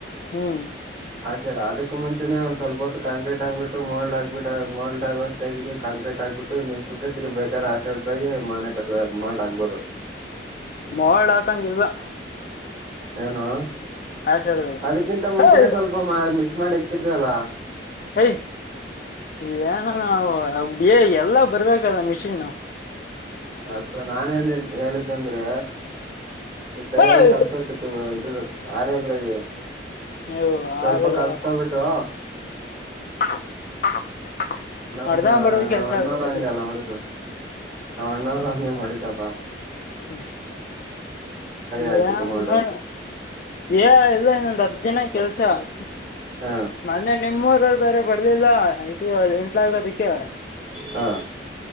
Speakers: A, on the left; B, on the right.
A: ಹ್ಮ್
B: ಹ ಸೇಡ ಅದಕ್ ಮುಚೆ ಒಂದ ಸ್ವಲ್ ಹೊತ್ತು ಕಾಂಕ್ರೀಟ್ ಆಬಿಟ್ಟ ಮೋಲ್ಡ್ ಆಗ್ ಬಿಟ್ಟ ಮೋಲ್ಡ್ ಆಗೋಷ್ಟೇ ಕಾಂಕ್ರೀಟ್. ಹಾಕ್ಬಿಟ್ಟು ನೀಸುುತ್ತ ತಿರ್ಬೇಕಾದ್ರೆ ಆಶಗಿ ಮನೆ ಕ ಮಾಡ ಹಾಕ್ಬೋದು.
A: ಮೋಡ್ ಹಾಕಂಗಲ್ದ.
B: ಏನು
A: ಆಷಾಢದಾಗ
B: ಅದಕ್ಕಿಂತ ಮುಂಚೆನೆ
A: ಏಯ್
B: ಸ್ವಲ್ಪ ಮಾ ಮಿಕ್ಸ್ ಮಾಡಿ ಎಕ್ಕಿರ್ತವಲ್ಲಾ.
A: ಯ ಏನು ಏ ಎಲ್ಲ ಬರ್ಬೇಕಲ್ಲ ಮಿಷಿನ್
B: ಅಲ್ಲ ನಾನೇನ್ ಹೇಳಿದ್ದಂದ್ರೆ ಕೈಯ
A: ಏಯ್!
B: ಎಲ್ಲ ಕಲ್ಸಟ್ಟತಿ ಇ ಆರದ್ರಾಗ
A: ಅಯ್ಯೋ
B: ಸ್ವಲ್ಪ
A: ಆಗಲ್ಲ
B: ಕಲ್ಸ್ಕೊ್ಬಿಟ್ಟು.
A: ಹೇಳಪ್ಪ <unintelligible>
B: ನಮ್ಮ
A: ಅರ್ಧ ಬರ್ದ ಕೆಲ್ಸ
B: ಒ್ಣವ್ರ
A: ಆಗ್ಬೇಕಲ್ಲ
B: ಹಂಗೆ ಅಲ್ಲ ಉಡಿದು. ನಾವ ಅಣ್ಣ್ರ ಹಂಗೆ ಮಾಡಿದ್ದಪ್ಪ.
A: ಹ್ಮ್ <unintelligible>
B: ಹಾಕಿದ್ದು ಮೋಲ್ಡು
A: ಇಲ್ಲ ಇನ್ನೊಂದು್ ಹದ ದಿನ ಕೆಲ್ಸ ಆ
B: ಹ
A: ಮೆ ನಿಮ್ಮೂರ ಬೇರೆ ಬರ್ಲಿಲ್ಲ ಆಯ್ ಎಂಟ್ ಆ ಅದಕ್ಕೆ. ಕವ
B: ಹ